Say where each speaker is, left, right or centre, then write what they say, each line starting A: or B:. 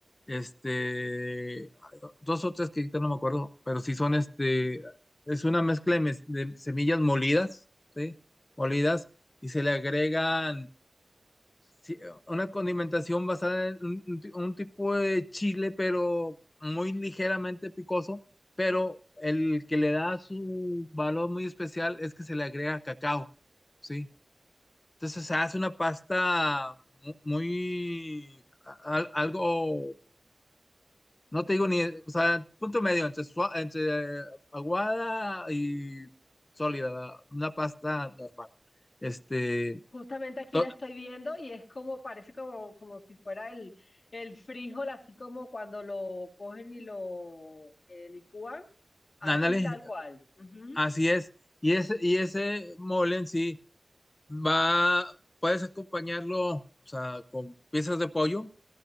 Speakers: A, on the left (about 40°); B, on the left (about 75°).
A: este, ay, dos o tres que ahorita no me acuerdo, pero sí son este, es una mezcla de, mes- de semillas molidas, ¿sí? Molidas, y se le agregan sí, eh, una condimentación basada en un, un ti- un tipo de chile, pero muy ligeramente picoso, pero el que le da su valor muy especial es que se le agrega cacao, ¿sí? Entonces se hace una pasta mu- muy, al- algo, no te digo ni, o sea, punto medio entre, sua- entre aguada y sólida, una pasta normal. Este,
B: Justamente aquí
A: to-
B: la estoy viendo y es como, parece como, como si fuera el, el frijol, así como cuando lo cogen y lo eh, licúan, así
A: ándale,
B: tal cual. Ujú.
A: Así es. Y ese, y ese mole en sí va, puedes acompañarlo, o sea, con piezas de pollo